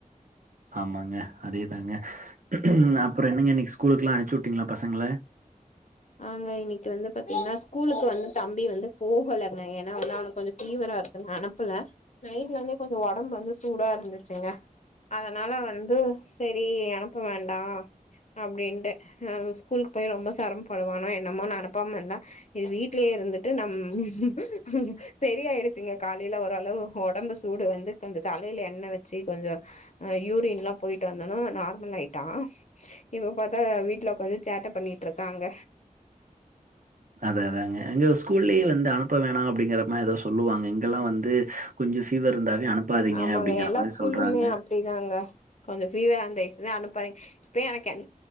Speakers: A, on the right; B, on the left.
A: ஆமாங்க அதே தாங்க ம் அப்றோ என்னங்க இன்னைக் ஸ்கூல்குலா அனுப்ச்சுட்டீங்ளா பசங்கள
B: ஆங்க இன்னைக்கு வந்து பாத்தீங்னா ஸ்கூலுக்கு வந்து தம்பி வந்து போகலங்க ஏன்னா வந்து அவனுக் கொஞ் ஃபீவரா இருக்குன்னு அனுப்பல நைட்ல இருந்தே கொஞ்சோ உடம்பு வந்து சூடா இருந்துச்சுங்க அதனால வந்து சேரி அனுப்ப வேண்டா அப்டின்டு ஸ்கூல்க்கு போய் ரொம்ப செரமப்படுவானோ என்னமோ நா அனுப்பாம இருந்த இது வீட்லயே இருந்துட்டு நம் <unintelligible> செரிய ஆயிருச்சுங்க காலைல ஓரளவு உடம்பு சூடு வந்து கொஞ்சோ தலையில எண்ண வச்சு கொஞ்சோ அ யூரின்லா போயிட்டு வந்தோன நார்மல் ஆயிட்டா இப்ப பாத்தா வீட்டுல ஒக்காந்து சேட்ட பண்ணிட்ருக்காங்க
A: அது அதாங்க இங்க ஸ்கூல்லேயே வந்து அனுப்ப வேணா அப்டிங்கற மாரி ஏதோ சொல்லுவாங்க இங்கெல்லா வந்து கொஞ்சோ ஃபீவர்ருந்தாவே அனுப்பாதீங்க
B: ஆமாங்க
A: அப்டிங்கிற
B: எல்லா
A: மாரி
B: ஸ்கூல்லுமே
A: சொல்றாங்க
B: அப்டிதாங்க கொஞ்சம் ஃபீவரா இருந்தா தயவ்செங் அனுப்பாதிங்க இப்பே எனக்கென்